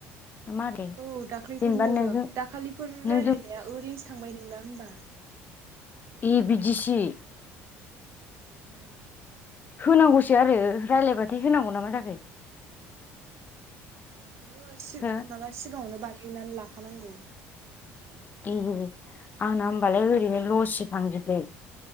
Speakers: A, on the left; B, on the right.
A: मारै
B: औ दाख्लैफोरनो
A: जेनेबा नोंजों
B: दाखालिफोर रायलायनाया
A: नोंजों
B: ओरैनोसो थांबाय नोंना होम्बा
A: ए बिदिसि।
B: उ।
A: होनांगौसो आरो रायज्लायबाथाय होनांगौ नामा जाखो?
B: ओहो सि
A: हो
B: माबा सिगाङावनो बानायनानै लाखानांगौ।
A: ए आंना होमबालाय ओरैनो लसि थांजोबे